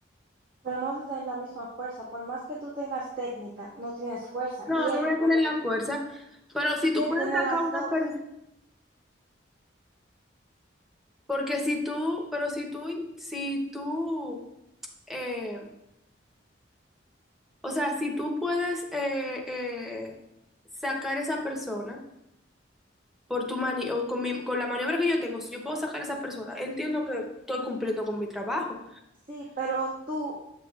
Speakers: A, on the right; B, in the centre.
A: pero no vas a tener la misma fuerza. Por más que tú tengas técnica, no tienes fuerza.
B: No,
A: Y
B: no
A: él,
B: voy a
A: por
B: tener
A: él,
B: la fuerza, pero si
A: y
B: tú
A: él
B: puedes
A: tiene
B: sacar
A: las
B: una
A: dos.
B: persona, porque si tú, pero si tú, si tú, eh, o sea, si tú puedes eh, eh, sacar esa persona. por tu mani o con, mi- con la maniobra que yo tengo, si yo puedo sacar a esa persona, entiendo que estoy cumpliendo con mi trabajo.
A: Sí, pero tú